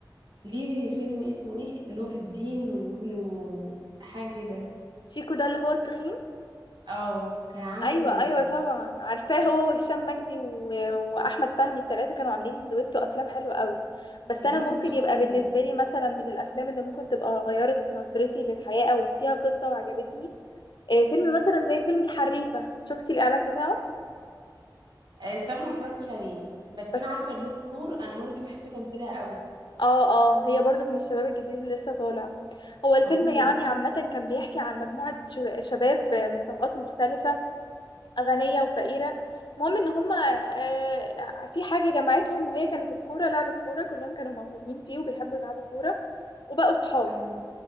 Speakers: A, on the right; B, on the left.
A: ليه فيلم اسمه ايه نور الدين وابنه حاجه كده
B: شيكو ده اللي هو التخين
A: اه كان عامل
B: ايوه ايوه
A: آه،
B: طبعا عارفاه هو وهشام مجدي و... واحمد فهمي التلاتة كانوا عاملين دويتو افلام حلوه قوي بس
A: بجد
B: انا ممكن
A: خطير
B: يبقى بالنسبه لي مثلا من الافلام اللي ممكن تبقى غيرت نظرتي للحياه او فيها قصه وعجبتني آه، فيلم مثلا زي فيلم الحريفه شفتي الاعلان بتاعه
A: آه، الصراحه ما اتفرجتش عليه بس
B: بس
A: انا عارفه اللي هو نور انا نور دي بحب تمثيلها قوي
B: اه اه هي برضو من الشباب الجديد اللي لسه طالع هو الفيلم
A: خطيره
B: يعني عامه كان بيحكي عن مجموعه شب- شباب من طبقات مختلفه غنية وفقيرة المهم ان هما آه، في حاجة جمعتهم وهي كانت الكورة لعب الكورة كلهم كانوا موهوبين فيه وبيحبوا يلعبوا كورة وبقوا صحاب
A: ايوه